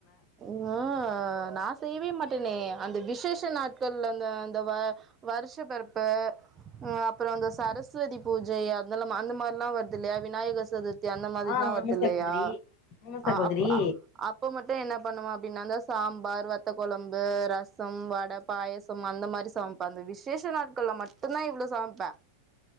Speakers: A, on the right (about 25°); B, on the left (about 40°).
A: ம்னா நா செய்யவே மாட் ட்டுனே அந்த விசேஷ நாட்கள் அந்த அந்த வ வருஷ பெறப்ப அப்பறோ அந்த சரஸ்வதி பூஜை அதெல்லாம் அந்த மாரிலா வருது இல்லையா விநாயக சதுர்த் தி அந்த மாதிரிலா
B: ஆ
A: வருது
B: ஆமா
A: இல்லையா
B: சகோதரி ஆமா சகோதரி
A: அ அப் அ அப் என்ன பண்ணுவா அப்டின்னாதா சாபார் வத்த கொழம்பு ரசம் வட பாயசம் அந்த மாரி சமப்ப அந்த விசேச நாட்கள்ல மட்டுந்தா இவ்வளோ சமப்ப